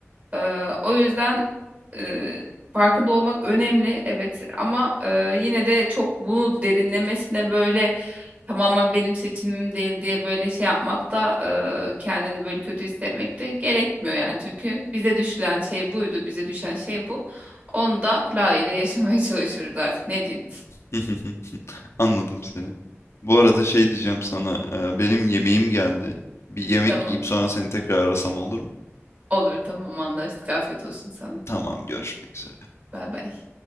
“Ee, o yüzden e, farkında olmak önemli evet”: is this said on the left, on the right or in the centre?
Right